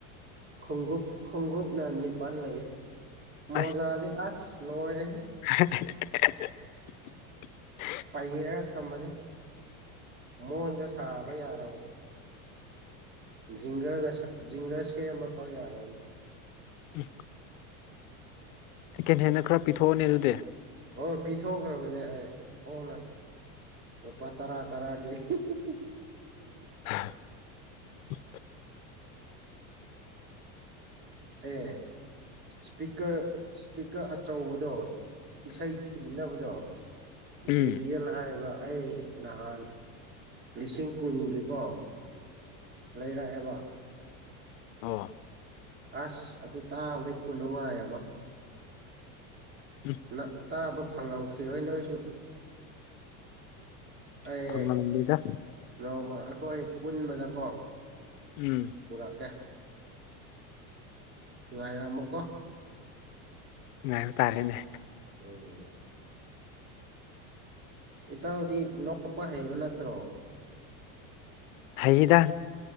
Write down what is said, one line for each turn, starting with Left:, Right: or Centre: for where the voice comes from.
Right: ꯈꯣꯡꯎꯞ ꯈꯣꯡꯎꯞꯅ ꯅꯤꯄꯥꯥꯟ ꯂꯩ ꯃꯣꯖꯥꯗꯦ
Left: ꯑꯁ
Right: ꯑꯁ ꯂꯣꯏꯔꯦ
Left: <unintelligible>
Right: ꯄꯥꯏꯒꯦꯔꯒ ꯊꯝꯕꯅꯤ ꯃꯣꯟꯒ ꯁꯥꯕ ꯌꯥꯔꯕꯅꯤ ꯖꯤꯡꯒꯔꯒ ꯖꯤꯡꯒꯔ ꯁꯦꯝ ꯑꯃ ꯄ ꯌꯥꯔꯅꯤ
Left: ꯎꯝ ꯁꯦꯀꯦꯟ ꯍꯦꯟꯅ ꯈꯔ ꯄꯤꯊꯣꯛꯑꫭꯅꯦ ꯑꯗꯨꯗꯤ
Right: ꯑꫭ ꯄꯤꯊꯣꯛꯈ꯭ꯔꯕꯅꯦ ꯑꯩ ꯍꯣꯡꯅ ꯔꯨꯄꯥ ꯇꯔꯥ ꯇꯔꯥꯒꯤ <unintelligible>
Left: <unintelligible>
Right: ꯑꯦ ꯏꯁꯄꯤꯀꯔ ꯏꯁꯄꯤꯀꯔ ꯑꯆꯧꯕꯗꯣ ꯏꯁꯩ ꯊꯤꯟꯅꯕꯗꯣ ꯖꯦ
Left: ꯎꯝ
Right: ꯕꯤ ꯑꯦꯜ ꯍꯥꯑꯕ ꯑꯩ ꯅꯍꯥꯟ ꯂꯤꯁꯤꯡ ꯀꯨꯟꯒꯤꯀꯣ ꯂꯩꯔꯛꯑꯦꯕ
Left: ꯑ
Right: ꯑꯁ ꯑꯗꯨ ꯇꯥꯕꯗꯩ ꯈꯨꯅꯨꯡꯉꯥꯏ ꯑꯃ
Left: ꯎꯝ
Right: ꯅ ꯇꯥꯕ ꯐꯪꯉꯝꯈꯤꯔꯣꯏ ꯅꯣꯏꯁꯨ ꯑꯩ
Left: ꯐꯪꯉꯝꯅꯤꯗ
Right: ꯅꯣꯡꯃ ꯑꯈꯣꯏ ꯄꯨꯟꯕꯗꯀꯣ
Left: ꯎꯝ
Right: ꯄꯨꯔ ꯀꯦ ꯉꯥꯏꯔꯃꫭ ꯀꯣ
Left: ꯉꯥꯏꯕ ꯇꯥꯔꯦꯅꯦ
Right: ꯎꯝ ꯏꯇꯥꯎꯗꯤ ꯅꯣꯛꯄ ꯍꯩꯕ ꯅꯠꯇ꯭ꯔꯣ
Left: ꯍꯩꯏꯗ